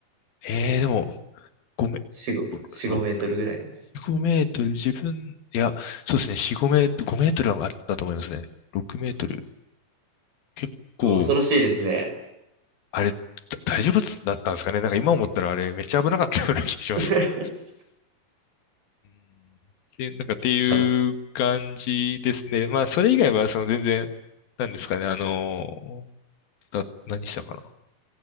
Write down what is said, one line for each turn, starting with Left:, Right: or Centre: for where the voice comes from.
Left: えー、でも、ごめん。
Right: 4、5、4、
Left: 6、4、
Right: ごメートルぐらい。
Left: 5メートル、自分、いや、そうですね、4、5メートル、5メートルはあったと思いますね。6メートル。結構、
Right: 恐ろしいですね。
Left: あれ、だ大丈夫だったんですかね。なんか今思ったらあれ、めっちゃ危なかったような気がしますね。
Right: <laughs>
Left: うんで、なんかっていう感じですね。
Right: あー
Left: まあ、それ以外は、その全然、なんですかね、あの、だ、何したかな